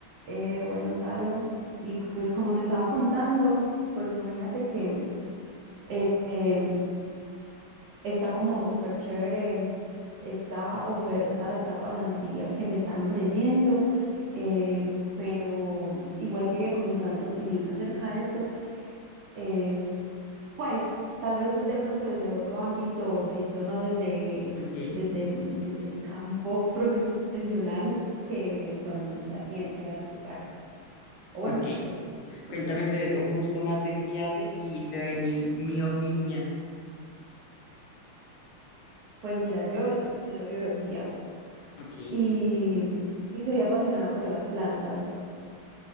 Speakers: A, on the right (about 70°); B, on the left (about 80°).
A: Eh, bueno, Salo, y pues como te estaba contando, pues imagínate que eh, eh, está como súper chévere esta oferta de esta pasantía que me están ofreciendo, eh, pero igual quería como saber tu opinión acerca de esto, eh, pues tal vez de pronto desde otro ámbito, visto no desde,
B: Ok,
A: desde, desde mi campo <laughs> profesional, que son las ciencias exactas. O bueno,
B: ok.
A: no sé, ¿tú
B: Cuéntame
A: qué?
B: entonces un poquito más de lo que haces y te doy mi, mi opinión.
A: Pues mira, yo estudio biología
B: Ok,
A: y, mm, y soy apasionada por las plantas.